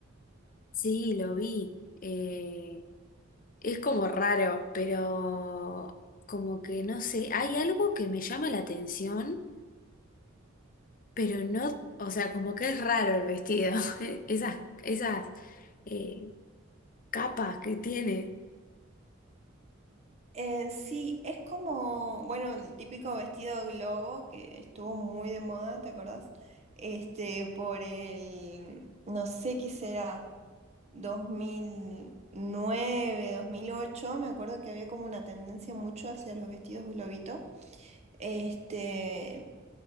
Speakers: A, on the left (about 45°); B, on the right (about 35°).
A: Sí, lo vi. Eh, Es como raro, pero como que no sé, hay algo que me llama la atención, pero no, o sea, como que es raro el vestido, <laughs> esas, esas eh, capas que tiene,
B: Eh, sí, es como, bueno, el típico vestido globo que estuvo muy de moda, ¿te acordás? Este, por el, no sé qué será, dos dos mil nueve dos mil ocho, me acuerdo que había como una tendencia mucho hacia los vestidos globito. Este,